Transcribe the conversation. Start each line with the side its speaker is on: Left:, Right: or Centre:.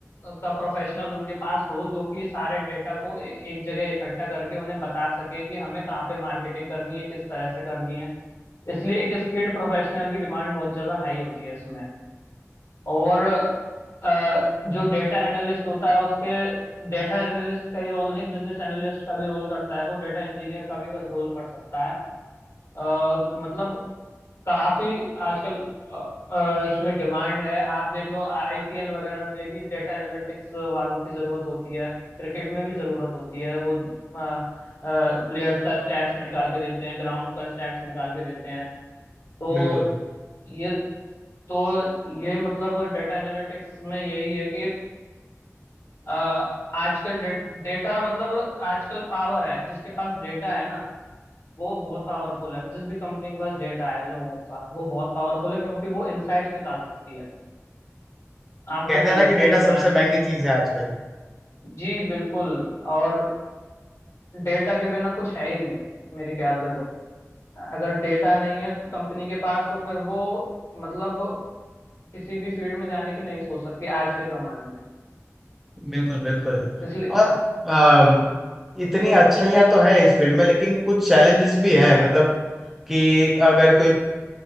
Left: का प्रोफेशनल उनके पास हो जो कि सारे डेटा को ए, एक जगह इकट्ठा करके उन्हें बता सके कि हमें कहाँ पे मार्केटिंग करनी है किस तरह से करनी है इसलिए एक स्किल्ड प्रोफेशनल की डिमांड बहुत ज्यादा हाई होती है इसमें। और अ, जो डेटा एनालिस्ट होता है उसके डेटा एनालिस्ट का ही रोल नहीं बिजनेस एनालिस्ट का भी रोल करता है वो डेटा इंजीनियर का भी कर, रोल कर सकता है अ, मतलब काफी आजकल अ, अ, इसमें डिमांड है आप देख लो आईपीएल वगैरह में भी डेटा एनालिटिक्स वालों की जरूरत होती है क्रिकेट में भी जरूरत होती है वो प्लेयर्स का स्टैट्स निकाल के देते हैं ग्राउंड का स्टैट्स निकाल के देते हैं तो
Centre: बिल्कुल
Left: ये तो ये मतलब डेटा एनालिटिक्स में यही है कि अ, आजकल डे, डेटा मतलब आजकल पावर है जिसके पास डेटा है ना वो बहुत पावरफुल है जिस भी कंपनी के पास डेटा है लोगों का वो बहुत पावरफुल है क्योंकि वो इनसाइट्स निकाल सकती है आपको
Centre: कहते
Left: क्या
Centre: हैं
Left: लगता
Centre: ना कि डेटा
Left: है इस बारे
Centre: सबसे
Left: में
Centre: महंगी
Left: कि
Centre: चीज है आजकल
Left: जी बिल्कुल और डेटा के बिना कुछ है ही नहीं मेरे ख्याल से तो अगर डेटा नहीं है कंपनी के पास तो फिर वो मतलब किसी भी फील्ड में जाने की नहीं सोच सकती आज के जमाने में
Centre: बिल्कुल बिल्कुल
Left: इसलिए
Centre: और आ, इतनी अच्छाइयाँ तो है इस फील्ड में लेकिन कुछ चैलेंजेस भी है मतलब कि अगर कोई